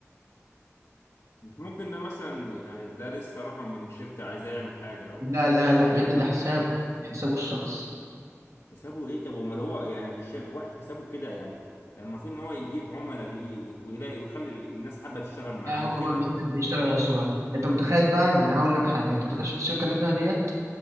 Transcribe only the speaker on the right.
لا لا لا يا ابني ده حسابه حسابه الشخص
لا هو
بقى بيحب
يشتغل على الصغير انت متخيل بقى يعني هقول لك حاجه انت متخيل الشركه اللي أنا فيها ديت